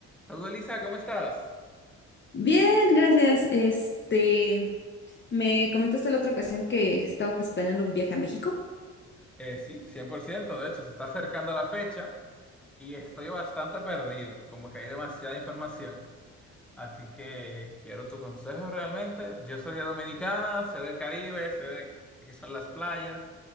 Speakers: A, in the centre; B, on the left.
A: Saludos Elisa, ¿cómo estás?
B: Bien, gracias. Este, me comentaste la otra ocasión que estabas planeando un viaje a México.
A: Eh, sí, 100%. de hecho se está acercando la fecha y estoy bastante perdido, como que hay demasiada información, así que quiero tu consejo realmente. Yo soy de Dominicana, sé del Caribe, sé de qué son las playas,